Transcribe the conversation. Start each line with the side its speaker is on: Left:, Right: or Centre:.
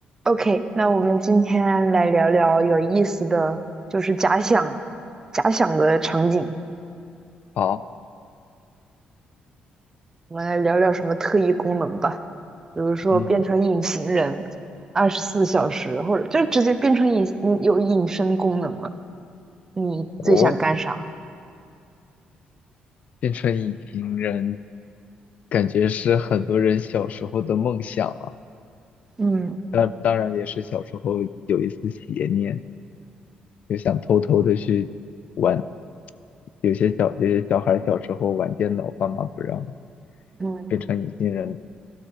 Right: OK，那我们今天来聊聊有意思的，就是假想、假想的场景。
Left: 好，
Right: 我们来聊聊什么特异功能吧，比如说变成隐形人，
Left: 嗯，
Right: 二十四小时，或者就直接变成隐，嗯有隐身功能了。你最想干啥？
Left: 哦，变成隐形人，感觉是很多人小时候的梦想啊。
Right: 嗯
Left: 当当然也是小时候有一丝邪念，就想偷偷的去玩。有些小有些小孩小时候玩电脑，爸妈不让，
Right: 嗯
Left: 变成隐形人，